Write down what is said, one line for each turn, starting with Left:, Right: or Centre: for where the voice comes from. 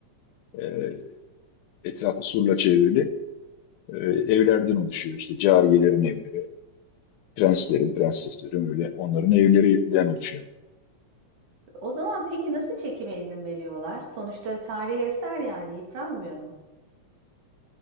Left: e, etrafı surla çevrili e, evlerden oluşuyor. İşte cariyelerin evleri, prenslerin, prenseslerin öyle onların evlerinden oluşuyor.
Right: O zaman peki nasıl çekime izin veriyorlar? Sonuçta tarihi eser yani yıpranmıyor mu?